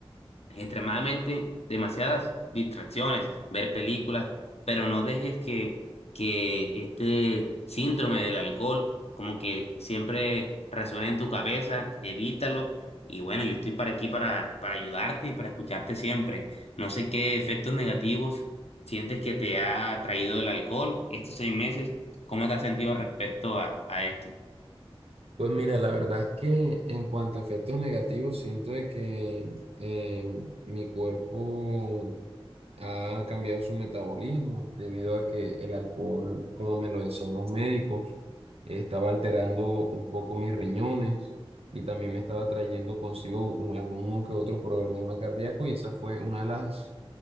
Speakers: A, on the left; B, on the right.
A: extremadamente demasiadas distracciones, ver películas, pero no dejes que, que este síndrome del alcohol como que siempre resuene en tu cabeza, evítalo. Y bueno, yo estoy para aquí para, para ayudarte y para escucharte siempre. No sé qué efectos negativos sientes que te ha traído el alcohol estos seis meses. ¿Cómo te has sentido respecto a, a esto?
B: Pues mira, la verdad es que en cuanto a efectos negativos, siento de que eh, mi cuerpo ha cambiado su metabolismo debido a que el alcohol, como me lo decían los médicos, estaba alterando un poco mis riñones y también me estaba trayendo consigo un- algún que otro problema cardíaco y esa fue una de las